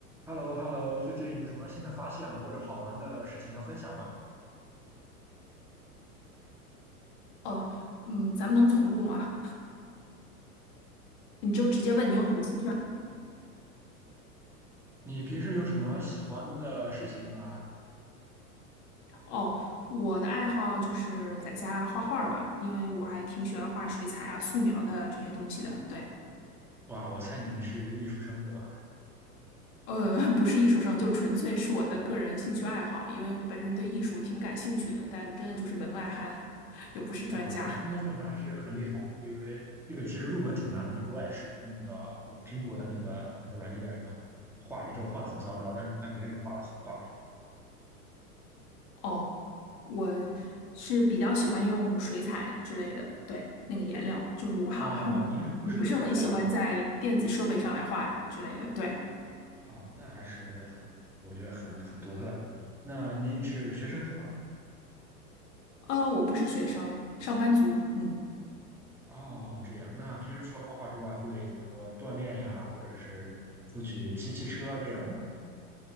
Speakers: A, in the centre; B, on the left.
A: h e l l o h e l l o 最近有什么新的发现或者好玩的事情要分享吗？
B: 哦，嗯，咱们能重录吗？<laughs> 你就直接问你有什么兴趣爱
A: 你平时有什么喜欢的事情吗？
B: 好？哦，我的爱好就是在家画画儿吧，因为我还挺喜欢画水彩啊、素描的这些东西的。对，
A: 哇，我猜你是艺术生对吧？
B: 呃，<laughs> 不是艺术生，就纯粹是我的个人兴趣爱好，因为我本身对艺术挺感兴趣的，但真的就是门外汉，<laughs> 也不是专家。
A: 哇，那那就还是很厉害，因为这个其实入门挺难的，因为我也试过用那个呃苹果的那个那个软件叫什么画一些之后画的很糟糕，但是看别人画的很棒。
B: 哦，我是比较喜欢用水彩之类的，对，那个颜料，就是我好像还
A: 哦，您是不是在
B: 我不是很喜欢在电子设备上来画之类的，对。
A: 哦？那还是很，我觉得很很独特的。那您是学生是吧？
B: 呃，我不是学生，上班族。嗯，
A: 哦，这样。那平时除了画画之外，会比如说锻炼呀，或者是出去骑骑车这样吗？